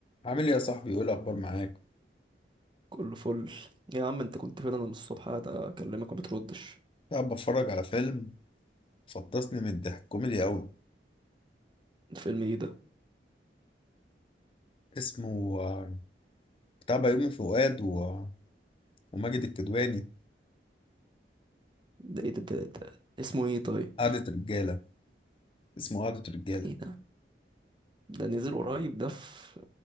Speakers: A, on the left; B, on the right.
A: عامل ايه يا صاحبي ايه الاخبار معاك
B: كله فل يا عم انت كنت فين انا من الصبح قاعد اكلمك ما بتردش
A: قاعد بتفرج على فيلم فطسني من الضحك كوميدي قوي
B: الفيلم ايه ده
A: اسمه آه، بتاع بيومي فؤاد و... وماجد الكدواني
B: ده ايه ده, ده, ده اسمه ايه طيب
A: قعدة رجالة اسمه قعدة رجالة
B: ايه ده ده نزل قريب ده في